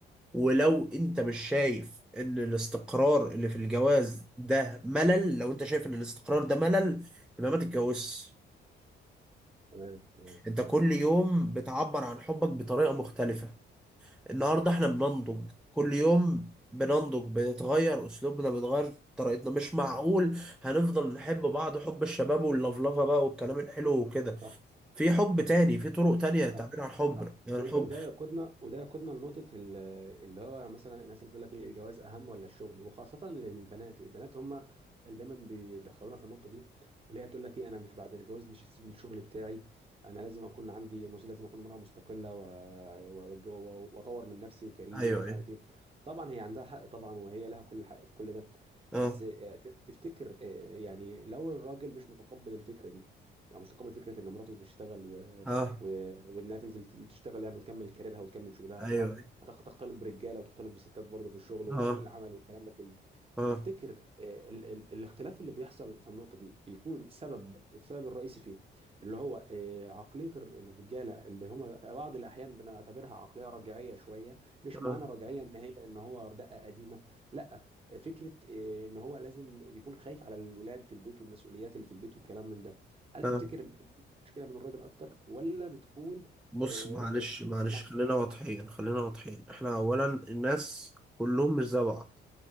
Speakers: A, in the centre; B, on the right.
A: ولو انت مش شايف ان الاستقرار اللي في الجواز ده ملل لو انت شايف ان الاستقرار ده ملل يبقى ما تتجوزش
B: تمام تمام
A: انت كل يوم بتعبر عن حبك بطريقة مختلفة النهاردة احنا بننضج كل يوم بننضج بنتغير اسلوبنا بنتغير طريقتنا مش معقول هنفضل نحب بعض حب الشباب واللفلفة بقى والكلام الحلو وكده
B: صح
A: في حب تاني في طرق تانية تعبير
B: صح
A: عن الحب
B: صح
A: يعني
B: و-
A: الحب
B: وده يقودنا وده يقودنا لنقطة ال- اللي هو مثلا الناس اللي بتقول لك ايه الجواز أهم ولا الشغل وخاصة للبنات البنات هم اللي دايما بيدخلونا في النقطة دي اللي هي تقول لك ايه أنا مش بعد الجواز مش هسيب الشغل بتاعي أنا لازم أكون عندي مس- لازم أكون امرأة مستقلة و- و- وأتج- و- وأطور من نفسي وكاريري
A: ايوه
B: ومش
A: ايوه
B: عارف ايه طبعا هي عندها حق طبعا وهي لها كل حق في كل ده
A: اه
B: بس آه، ت- تفتكر آه، يعني لو الراجل مش متقبل الفكرة دي يعني مش متقبل فكرة إن مراته تشتغل و-
A: اه
B: وانها تنزل تشتغل يعني وتكمل كاريرها وتكمل شغلها
A: ايوه
B: طبعا
A: ايوه
B: هتخ- هتختلط برجاله وتختلط بستات برضه في الشغل وسوق
A: اه
B: العمل والكلام ده كله
A: اه
B: تفتكر آه، ال- ال- الاختلاف اللي بيحصل في النقطة دي بيكون سبب السبب الرئيسي فيه اللي هو آه، عقلية الر- الرجالة اللي هم في بعض الأحيان بنعتبرها عقلية رجعية شوية مش
A: اه
B: معنى رجعية إن هي إن هو دقة قديمة لا آه، فكرة آه، إن هو لازم بيكون خايف على الولاد في البيت والمسؤوليات اللي في البيت والكلام من ده هل
A: آه.
B: تفتكر إن دي مشكلة من الراجل أكتر ولا بتكون
A: بص
B: آه،
A: معلش
B: رأي-
A: معلش
B: مشكلة عند
A: خلينا
B: الست أكتر
A: واضحين خلينا واضحين احنا اولا الناس كلهم مش زي بعض